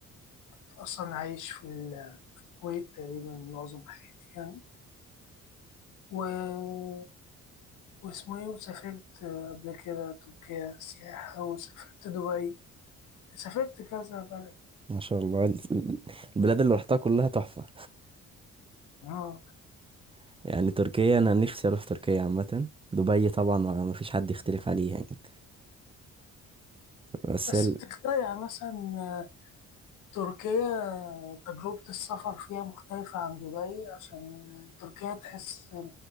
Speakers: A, on the left; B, on the right.
A: كنت أصلا عايش في الكويت تقريبا معظم حياتي يعني و... واسمه ايه وسافرت قبل كده تركيا سياحة وسافرت دبي سافرت كذا بلد
B: ما شاء الله ال- ال- البلاد اللي رحتها كلها تحفة
A: اه
B: <laughs> يعني تركيا انا نفسي اروح تركيا عامة دبي طبعا ما ما فيش حد يختلف عليها يعني بس
A: بس
B: ال...
A: بتختلف يعني مثلا تركيا تجربة السفر فيها مختلفة عن دبي عشان تركيا تحس